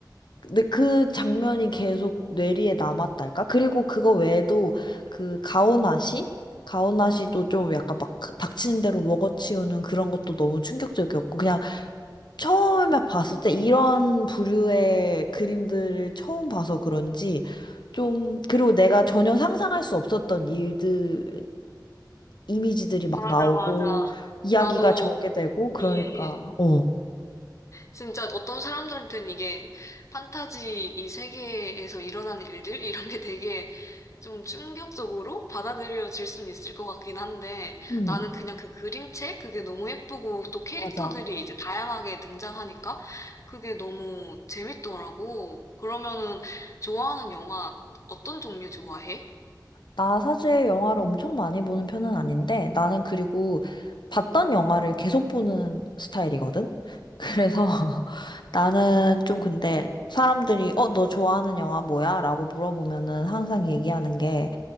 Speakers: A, on the left (about 75°); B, on the left (about 40°).
A: 근데 그 장면이 계속 뇌리에 남았달까? 그리고 그거 외에도 그 가오나시? 가오나시도 좀 약간 막 닥치는 대로 먹어치우는 그런 것도 너무 충격적이었고 그냥 처음에 봤을 때 이런 부류의 그림들을 처음 봐서 그런지 좀 그리고 내가 전혀 상상할 수 없었던 일들 이미지들이 막
B: 맞아,
A: 나오고
B: 맞아.
A: 이야기가
B: 나도
A: 전개되고 그러니까
B: 이해해.
A: 어.
B: 진짜 어떤 사람들한테는 이게 판타지 이 세계에서 일어나는 일들? 이런 게 되게 좀 충격적으로 받아들여질 수는 있을 것 같긴 한데
A: 음,
B: 나는 그냥 그 그림체 그게 너무 예쁘고 또 캐릭터들이
A: 맞아.
B: 이제 다양하게 등장하니까 그게 너무 재밌더라고. 그러면은 좋아하는 영화 어떤 종류 좋아해?
A: 나 사실 영화를 엄청 많이 보는 편은 아닌데 나는 그리고 봤던 영화를 계속 보는 스타일이거든. 그래서 <laughs> 나는 좀 근데 사람들이 어, 너 좋아하는 영화 뭐야? 라고 물어보면은 항상 얘기하는 게